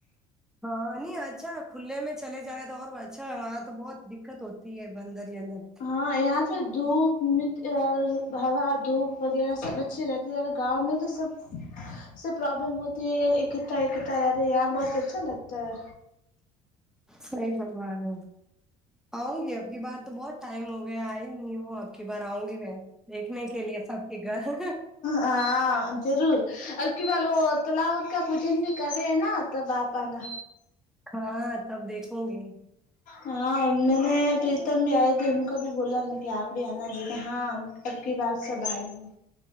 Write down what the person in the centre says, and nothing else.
ہاں نہیں اچھا کھلے میں چلے جائے تو اور اچھا وہاں تو بہت دقت ہوتی ہے اندر ہی اندر
صحیح فرما رہے ہو آؤں گی اب کی بار تو بہت ٹائم ہو گیا آئ ہی نہیں ہوں اب کی بار آؤں گی میں دیکھنے کے لیے سب کے گھر
ہاں تب دیکھوں گی